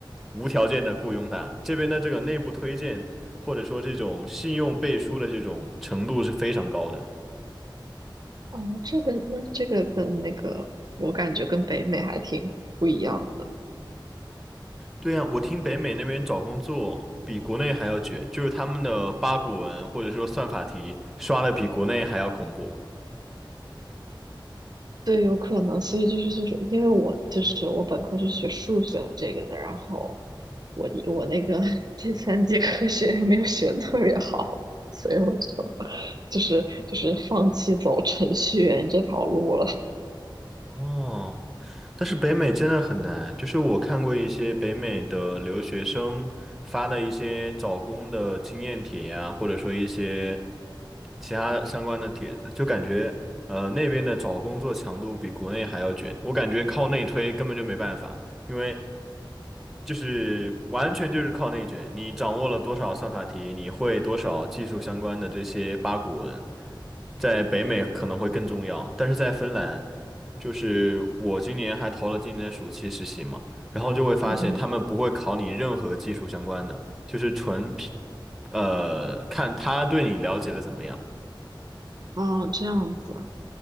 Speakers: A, in the centre; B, on the right.
A: 无条件的雇佣他。这边的这个内部推荐或者说这种信用背书的这种程度是非常高的。
B: 哦，这个那这个跟那个，我感觉跟北美还挺不一样的。
A: 对呀，我听北美那边找工作比国内还要卷，就是他们的八股文或者说算法题刷的比国内还要恐怖。
B: 对，有可能，所以就是就是因为我就是我本科是学数学这个的，然后我我那个 <laughs> 第三节课学也没有学得特别好，所以我就就是就是放弃走程序员这条路了。
A: 哦，但是北美真的很难，就是我看过一些北美的留学生发的一些找工的经验帖呀，或者说一些。其他相关的帖子，就感觉呃那边的找工作强度比国内还要卷，我感觉靠内推根本就没办法，因为就是完全就是靠内卷，你掌握了多少算法题，你会多少技术相关的这些八股文，在北美可能会更重要，但是在芬兰，就是我今年还投了今年的暑期实习嘛，然后就会发现他们不会考你任何技术相关的，
B: <laughs> 嗯
A: 就是纯凭。呃，看他对你了解的怎么样。
B: 嗯，哦，这样子，